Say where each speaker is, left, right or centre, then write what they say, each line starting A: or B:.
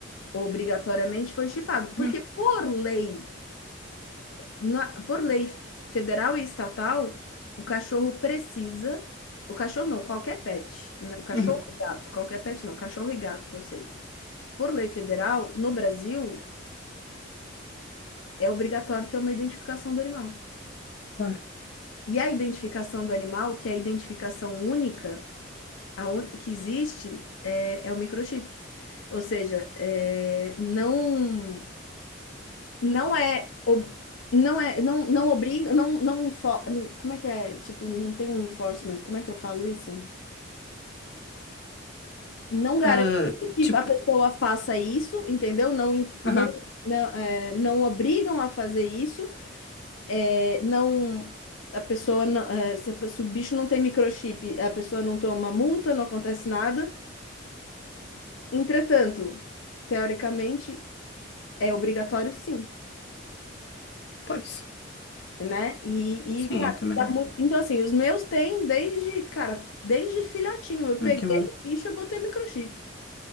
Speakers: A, on the left; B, on the left.
A: obrigatoriamente foi chipado. Porque
B: Uhum,
A: por lei, na- por lei federal e estatal, o cachorro precisa. O cachorro não, qualquer pet. Né? Cachorro
B: uhum,
A: e gato, qualquer pet não, cachorro e gato que eu sei. Por lei federal, no Brasil, é obrigatório ter uma identificação do animal.
B: claro.
A: E a identificação do animal, que é a identificação única a un- que existe, é, é o microchip. Ou seja, é, não. não é ob- não é não não obriga não não info- como é que é tipo não tem um enforcement como é que eu falo isso não garante
B: Ah,
A: que
B: tipo,
A: a pessoa faça isso entendeu não im-
B: aham,
A: não não, é, não obrigam a fazer isso é, não a pessoa não, é, se, a pe- se o bicho não tem microchip a pessoa não toma multa não acontece nada entretanto teoricamente é obrigatório sim
B: Pois,
A: né? E,
B: sim,
A: e cara,
B: é até melhor.
A: dá muito... então assim, os meus têm desde, cara, desde filhotinho. Eu peguei
B: Ai, que bom.
A: o bicho, eu botei microchip.